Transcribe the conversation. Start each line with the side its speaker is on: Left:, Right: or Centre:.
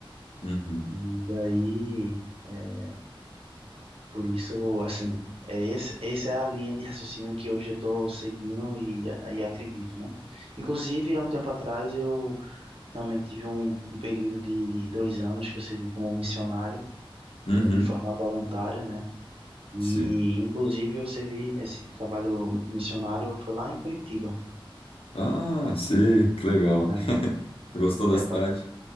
Left: uhum,
Right: E daí. é, Por isso, assim, é esse, essa é a linha de raciocínio que hoje eu estou seguindo e, e acredito, né? Inclusive, há um tempo atrás, eu também tive um, um período de dois anos que eu servi como missionário,
Left: uhum,
Right: eh, de forma voluntária, né? E,
Left: sei.
Right: inclusive, eu servi nesse trabalho missionário, foi lá em Curitiba,
Left: Ah, sim, que legal.
Right: Paraná.
Left: <laughs> Tu gostou
Right: Eh,
Left: da cidade?
Right: Eu passe-